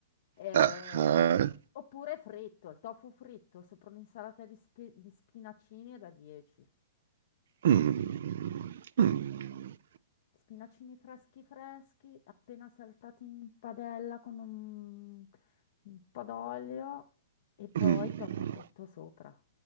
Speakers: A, on the left; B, on the right.
A: Eh,
B: Ah, ah.
A: Oppure fritto, il tofu fritto sopra un'insalata di, spi- di spinacini è da 10.
B: Mm, mm,
A: Spinacini freschi freschi, appena saltati in padella con un, un po' d'olio e poi
B: mm.
A: tofu fritto sopra.